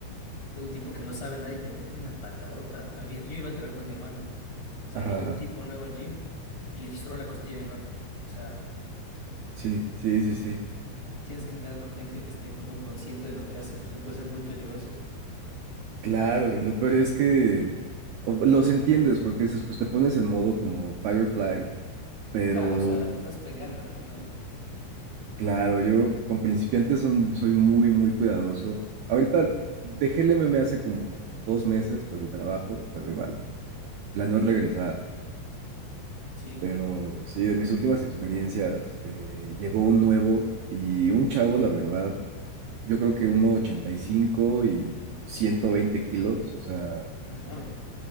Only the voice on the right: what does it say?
Ajá,
ajá.
Sí, sí, sí, sí.
Claro, y lo peor es que o- los entiendes, porque dices, pues te pones en modo como fight or flight, pero
Claro, yo con principiantes son- soy muy, muy cuidadoso. Ahorita dejé el MMA hace como dos meses por el trabajo, pero igual, planeo regresar.
Pero sí, de mis últimas experiencias, eh, llegó un nuevo y un chavo, la verdad, yo creo que 1,85 y 120 kilos, o sea,